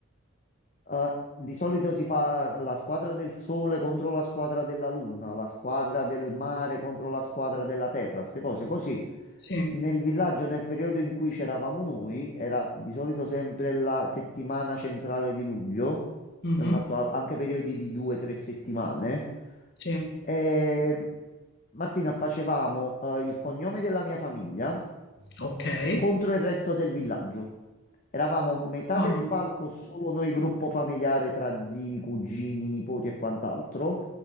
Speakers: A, on the left (about 40°); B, on the left (about 55°).
A: Eh, di solito si fa la squadra del sole contro la squadra della luna, la squadra del mare contro la squadra della terra, queste cose così.
B: Sì.
A: Nel villaggio, nel periodo in cui c'eravamo noi, era di solito sempre la settimana centrale di luglio.
B: Mh-mh.
A: Abbiamo fatto a- anche periodi di due o tre settimane.
B: Sì.
A: E, Martina, facevamo eh, il cognome della mia famiglia
B: Okay.
A: contro il resto del villaggio. Eravamo metà
B: Ah.
A: del palco, solo noi gruppo familiare tra zii, cugini, nipoti e quant'altro,